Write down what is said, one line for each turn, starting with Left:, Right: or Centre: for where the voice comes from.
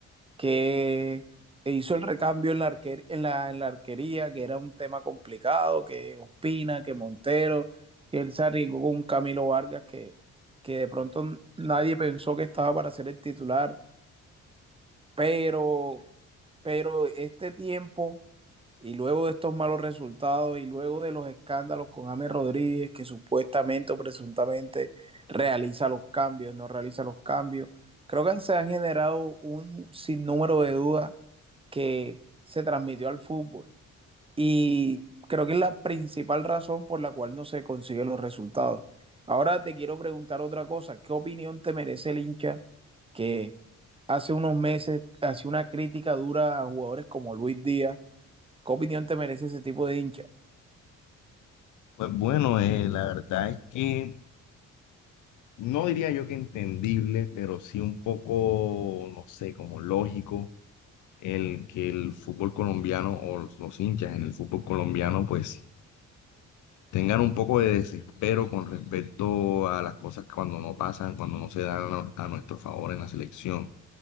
Right: que hizo el recambio en la, arquer, en, la, en la arquería, que era un tema complicado, que Ospina, que Montero, que él se arriesgó con un Camilo Vargas que, que de pronto nadie pensó que estaba para ser el titular, pero, pero este tiempo y luego de estos malos resultados y luego de los escándalos con James Rodríguez, que supuestamente o presuntamente realiza los cambios, no realiza los cambios, creo que se han generado un sinnúmero de dudas que se transmitió al fútbol. Y creo que es la principal razón por la cual no se consiguen los resultados. Ahora te quiero preguntar otra cosa. ¿Qué opinión te merece el hincha que hace unos meses hacía una crítica dura a jugadores como Luis Díaz? ¿Qué opinión te merece ese tipo de hincha?
Left: Pues bueno, eh, la verdad es que no diría yo que entendible, pero sí un poco, no sé, como lógico el que el fútbol colombiano o los los hinchas en el fútbol colombiano pues tengan un poco de desespero con respecto a las cosas que cuando no pasan, cuando no se dan a, a nuestro favor en la selección.